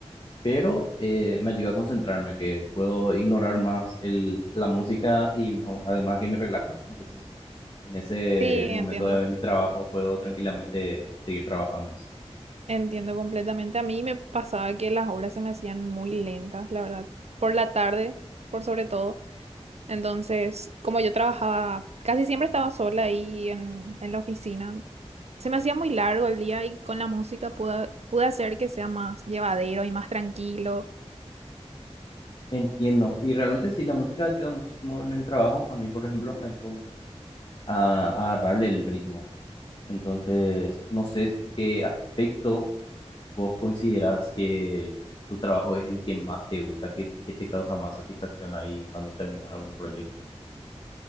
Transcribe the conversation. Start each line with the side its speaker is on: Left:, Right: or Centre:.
Left: pero eh, me ayuda a concentrarme, que puedo ignorar más el, la música y me- además que me relaja. Entonces, en ese
Right: Sí,
Left: momento
Right: entiendo,
Left: de mi trabajo puedo tranquilamente seguir trabajando.
Right: entiendo completamente. A mí me pasaba que las horas se me hacían muy lentas, la verdad, por la tarde, por sobre todo. Entonces, como yo trabajaba, casi siempre estaba sola ahí en, en la oficina. Se me hacía muy largo el día y con la música pude, pude hacer que sea más llevadero y más tranquilo.
Left: Entiendo. Y realmente sí, la música ayuda muchísimo en el trabajo. A mí, por ejemplo, me ayudó mucho a, a agarrarle el ritmo. Entonces, no sé qué aspecto vos consideras que tu trabajo es el que más te gusta, que, que te causa más satisfacción ahí cuando terminas algún proyecto.